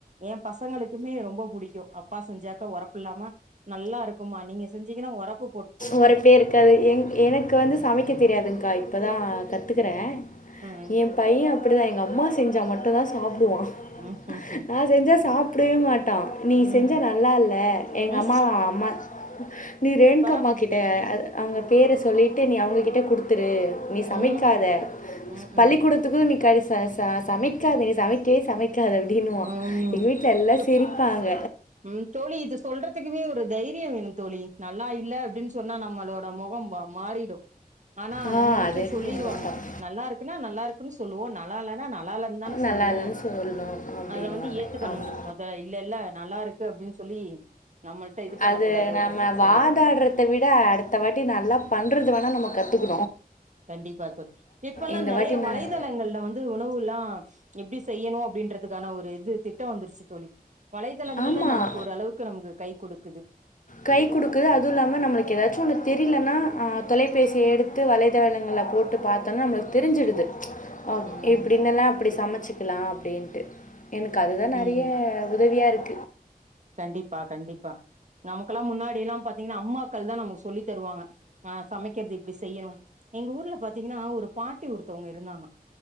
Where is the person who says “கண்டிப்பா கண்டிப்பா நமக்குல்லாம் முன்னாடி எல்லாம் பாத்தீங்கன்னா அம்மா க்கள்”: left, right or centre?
Right